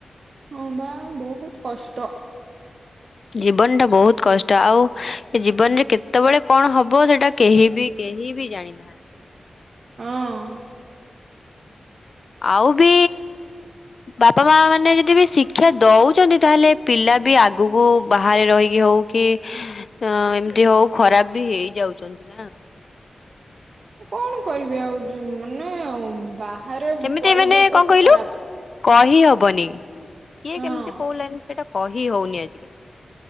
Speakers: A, on the right (about 70°); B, on the left (about 60°).
A: ହଁ ବା ବହୁତ କଷ୍ଟ।
B: ଜୀବନ ଟା ବହୁତ କଷ୍ଟ ଆଉ ଏ ଜୀବନରେ କେତେବେଳେ କଣ ହବ ସେଇଟା କେହି ବି କେହି ବି ଜାଣିନାହାନ୍ତି।
A: ହଁ।
B: ଆଉ ବି ବାପା ମା ମାନେ ଯଦି ବି ଶିକ୍ଷା ଦଉଛନ୍ତି ତାହେଲେ ପିଲା ବି ଆଗକୁ ବାହାରେ ରହିକି ହଉ କି ଅଁ ଏମତି ହଉ ଖରାପ ବି ହେଇଯାଉଛନ୍ତି ନା।
A: କଣ କରିବେ ଆଉ ଯୁ ମାନେ ବାହାରେ
B: ସେମିତି
A: ପରିବେଶ
B: ମାନେ କଣ
A: ତ
B: କହିଲୁ
A: ଖରାପ।
B: କହି ହବନି କିଏ
A: ହଁ
B: କେମିତି କଉ ଲାଇନ୍ ସେଟା କହି ହଉନି ଆଜିକାଲି।